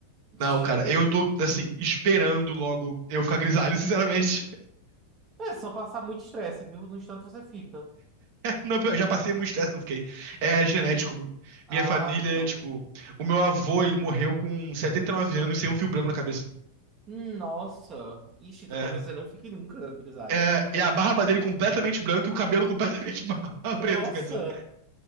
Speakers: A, on the right; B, on the right.
A: <laughs>
B: Não, cara, eu tô, assim, esperando logo eu ficar grisalho, sinceramente.
A: É só passar muito estresse, viu? No instante você fica.
B: Não, eu já passei muito estresse, não fiquei. É genético.
A: E... Ah,
B: Minha família,
A: então.
B: tipo, o meu avô, ele morreu com 79 anos sem um fio branco na cabeça.
A: Nossa. Ixi, então
B: É.
A: talvez você não fique nunca, Grisalho.
B: É, e a barba dele completamente branca e o cabelo completamente <laughs> preto,
A: Nossa,
B: quer dizer.